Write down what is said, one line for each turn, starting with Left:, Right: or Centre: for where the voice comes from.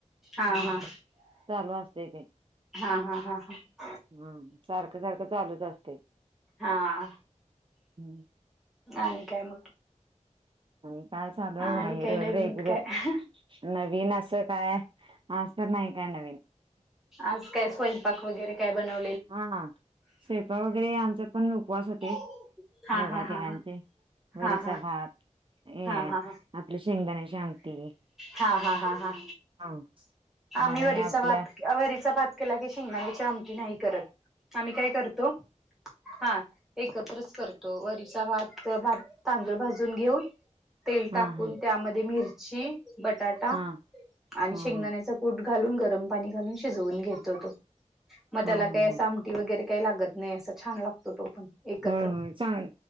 Centre: हा
Right: हम्म.
Centre: हा
Right: चालू असते
Centre: हा हा हा हा
Right: हम सारखं सारखं चालूच असते
Centre: हा हा
Right: हम्
Centre: आणि काय म्हग
Right: आणि काय चालूय
Centre: आणि
Right: बघा हेरेरे
Centre: काही नवीन
Right: एकद
Centre: काय
Right: नवीन असं काय अस असं नाही काय नवीन
Centre: आज कायच पण स्वयंपाक वगैरे बनवलं
Right: हा स्वयंपाक वगैरे आमच्यात पण उपवास होते
Centre: हा
Right: दोघा
Centre: हा हा
Right: तेघांचे
Centre: हा
Right: वरीचा
Centre: हा हा
Right: भात हे
Centre: हा हा हा
Right: आपली शेंगदाण्याचे आमटी
Centre: हा हा हा हा
Right: हा.
Centre: आम्ही
Right: आणि
Centre: वरीचा
Right: आपलं
Centre: भात वरीचा भात केला की शेंगदाची अमठीी नाही करत. आम्ही काय करतो हा. एकत्रच करतो वरीचा भात तांदूळ भाजून घेऊन. तेल
Right: हा
Centre: टाकून
Right: हा
Centre: त्यामध्ये मिरची बटाटा
Right: हा
Centre: आणि
Right: हा
Centre: शेंगदाण्याचा
Right: हा
Centre: ूठ घालून गरम पाणी घालून शिजवून घेतो तो मग
Right: हा
Centre: त्याला
Right: हा
Centre: काय.
Right: हा
Centre: वगैरे काही लागत नाही असा छान लागतो तो पण. एकत्र
Right: हो चांग